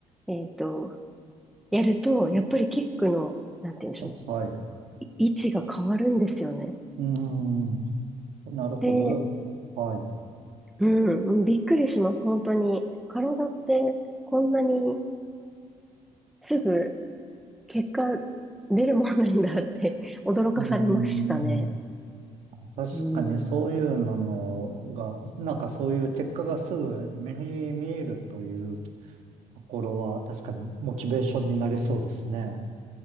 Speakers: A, in the centre; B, on the right (about 75°).
A: えっと、やると、やっぱりキックの、なんて言うんでしょう、
B: あはい。う
A: い位置が変わるんですよね。
B: ん。なるほど。
A: で、
B: はい。う
A: うん、うんびっくりします、本当に。体ってこんなにすぐ結果出るもんなんだって <laughs> 驚かされましたね。
B: ん。確かにそういうのが、
A: うん。
B: なんかそういう結果がすぐ目に見えるというところは、確かにモチベーションになりそうですね。